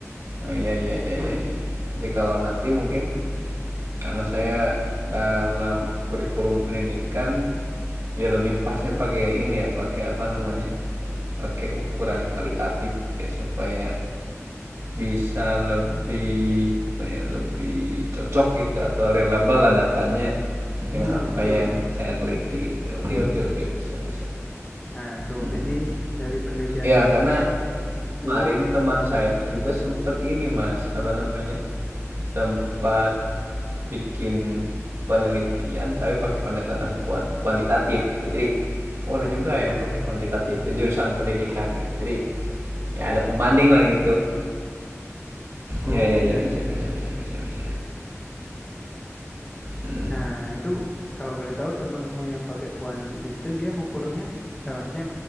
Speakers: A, on the right (about 65°); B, on the left (about 20°).
A: Oh iya iya iya iya. iya. Jadi kalau nanti mungkin karena saya dalam kurikulum pendidikan ya lebih pasnya pakai ini ya pakai apa namanya pakai ukuran kualitatif gitu ya supaya bisa lebih apa ya, lebih cocok gitu atau reliable lah datanya
B: Hmm,
A: dengan apa
B: betul,
A: yang
B: betul.
A: saya teliti gitu. Oke oke oke bisa bisa.
B: Nah, itu
A: <laughs>
B: jadi dari penelitianmu
A: Ya
B: nanti
A: karena
B: itu,
A: kemarin teman saya tuh juga sempat ini mas apa namanya sempat bikin penelitian tapi pakai pendekatan kuan- kuantitatif gitu. Jadi oh ada juga yang pakai kuantitatif di jurusan pendidikan gitu. Jadi ya ada pembanding lah gitu
B: oh
A: Ya ya
B: ya,
A: ya bisa
B: ya, ya.
A: bisa
B: ya.
A: bisa bisa bisa. Mm.
B: Nah, itu kalau boleh tahu temenmu yang pakai kuanti itu dia ngukurnya, eh, maksudnya